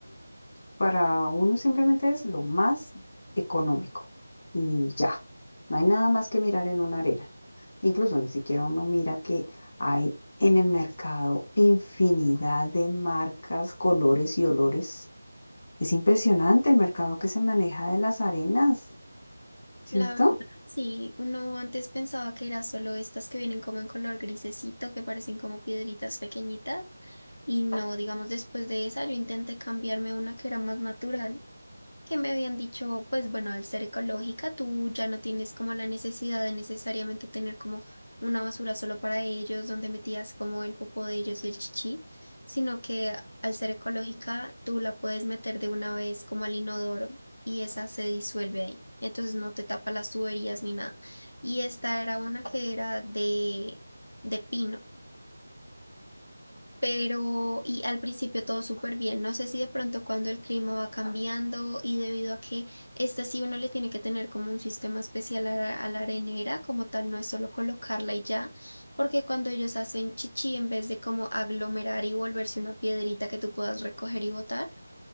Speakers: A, on the left; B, on the left.
A: Para uno simplemente es lo más económico y ya, no hay nada más que mirar en una arena. Incluso ni siquiera uno mira que hay en el mercado infinidad de marcas, colores y olores. Es impresionante el mercado que se maneja de las arenas, ¿cierto?
B: La verdad, sí, uno antes pensaba que era solo estas que vienen como en color grisecito, que parecen como piedritas pequeñitas. Y no, digamos, después de esa yo intenté cambiarme a una que era más natural. que me habían dicho, pues bueno, al ser ecológica, tú ya no tienes como la necesidad de necesariamente tener como una basura solo para ellos, donde metías como el popo de ellos y el chichi, sino que al ser ecológica, tú la puedes meter de una vez como al inodoro y esa se disuelve ahí. Entonces no te tapa las tuberías ni nada. Y esta era una que era de, de pino pero y al principio todo súper bien. No sé si de pronto cuando el clima va cambiando y debido a que esta sí uno le tiene que tener como un sistema especial a, la a la arenera, como tal, no es solo colocarla y ya, porque cuando ellos hacen chichi, en vez de como aglomerar y volverse una piedrita que tú puedas recoger y botar,